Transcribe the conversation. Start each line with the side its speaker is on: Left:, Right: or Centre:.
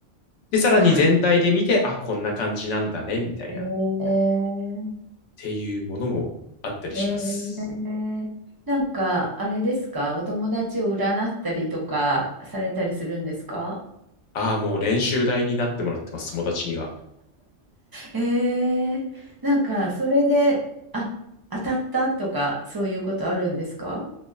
Left: で、さらに全体で見て、
Right: あ、
Left: あ、こんな感じなんだね、みたいな、
Right: えー、
Left: っていうものもあったりします。
Right: えー、なんか、あれですか、お友達を占ったりとかされたりするんですか
Left: ああ、もう練習台になってもらってます、友達には。
Right: えー、なんか、それで、あ、当たったとか、そういうことあるんですか